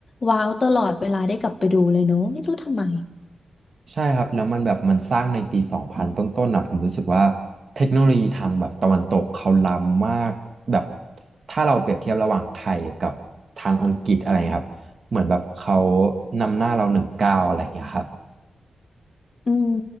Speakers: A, on the left (about 40°); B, on the right (about 50°).
A: ว้าวตลอดเวลาได้กลับไปดูเลยเนอะไม่รู้ทำไม
B: ใช่ครับแล้วมันแบบมันสร้างในปีสองพันต้นๆนะผมรู้สึกว่าเทคโนโลยีทางแบบตะวันตกเขาล้ำมากแบบถ้าเราเปรียบเทียบระหว่างไทยกับทางอังกฤษอะไรครับเหมือนแบบเขานำหน้าเราหนึ่งก้าวอะไรอย่างเงี้ยครับ
A: อืม